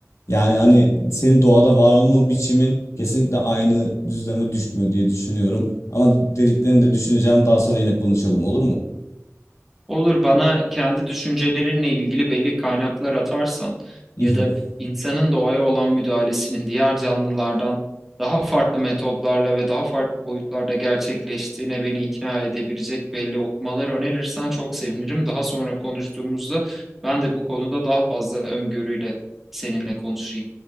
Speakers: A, on the left; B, in the centre.
A: Yani hani senin doğada var olma biçimin kesinlikle aynı düzleme düşmüyor diye düşünüyorum. Ama dediklerini de düşüneceğim. Daha sonra yine konuşalım olur mu?
B: Olur bana kendi düşüncelerinle ilgili belli kaynaklar atarsan
A: <laughs>
B: ya da insanın doğaya olan müdahalesinin diğer canlılardan daha farklı metotlarla ve daha farklı boyutlarda gerçekleştiğine beni ikna edebilecek belli okumalar önerirsen çok sevinirim. Daha sonra konuştuğumuzda ben de bu konuda daha fazla öngörüyle seninle konuşayım.